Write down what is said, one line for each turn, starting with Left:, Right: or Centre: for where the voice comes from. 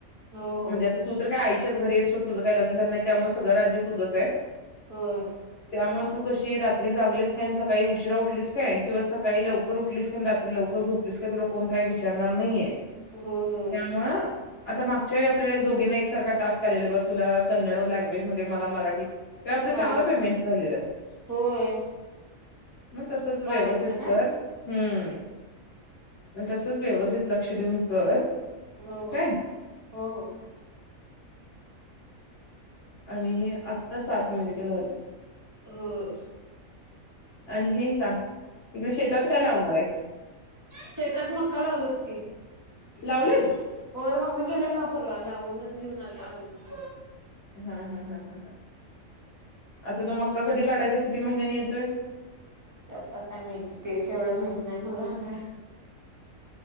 Right: हो हो
Left: म्हणजे आता तू तर काय आयच च घरी असत तझं काही लग्न झालं नाही त्यामुळे सगळ राज्य तुझंच आहे
Right: होय
Left: त्यामुळे तू कशी रात्री जागलीस का सकाळी उशिरा उठलीस काय किंवा सका काही लवकर उठलीस काण रात्री लवकर झोपलीस का तुला कोण काही विचारणार नाहीये
Right: हो होम
Left: त्यामुळं आता मागच्या आपल्याला एक दोघींना एक सारखा टास्क आलेला ब तुला कन्नड लँग्वेज मध्ये मला मराठी का आपलं
Right: हा
Left: चांगलं पेमेंट झालेलं
Right: होय
Left: मग तसच
Right: वाणीचं
Left: व्यवस्थित
Right: ना
Left: कर हम्म म तस व्यवस्थित लक्ष देऊन कर
Right: हो हो
Left: काय
Right: हो हो
Left: आणि हे आत्ता सात मिनिट झाली
Right: होम
Left: आणि हे सांग तिकडे शेतात काय लावणार आहे
Right: शेतात मक्का लावलत की
Left: लावलेत
Right: होय मम्मी गेले ना वा परवा लावूनच घेऊन आ आल क
Left: हा हा हा हा हा आता तो मक्का कधी काढायचा किती महिन्यानी येतोय
Right: ते आता काय माहिती ते तेवढं माहित नाही मला काय